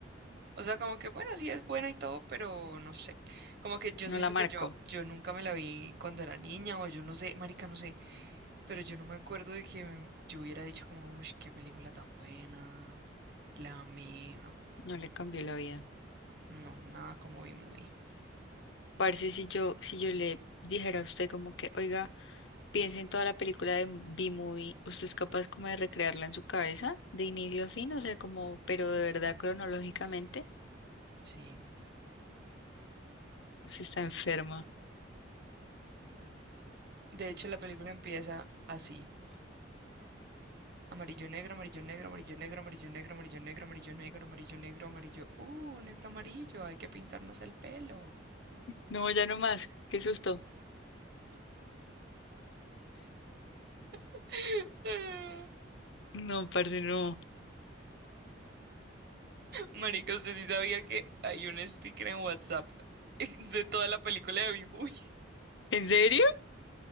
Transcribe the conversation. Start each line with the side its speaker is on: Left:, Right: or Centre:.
Right: O sea, como que bueno, sí es buena y todo, pero no sé. Como que yo
Left: no
Right: siento
Left: la marco,
Right: que yo, yo nunca me la vi cuando era niña, o yo no sé, marica, no sé, pero yo no me acuerdo de que yo hubiera dicho como, uy, qué película tan buena, la amé, no,
Left: no le cambió la vida.
Right: no, nada como vi movie
Left: Parce, si yo, si yo le dijera a usted como que, oiga, piense en toda la película de B-Movie, ¿usted es capaz como de recrearla en su cabeza, de inicio a fin? O sea, como, pero de verdad cronológicamente,
Right: Sí.
Left: usted está enferma.
Right: De hecho, la película empieza así. Amarillo, negro, amarillo, negro, amarillo, negro, amarillo, negro, amarillo, negro, amarillo, negro, amarillo, negro, amarillo. Uh, negro, amarillo, hay que pintarnos el pelo.
Left: No, ya no más, qué susto.
Right: <laughs>
Left: No, parce, no.
Right: Marica, usted sí sabía que hay un sticker en WhatsApp <laughs> de toda la película de B-Movie.
Left: ¿En serio?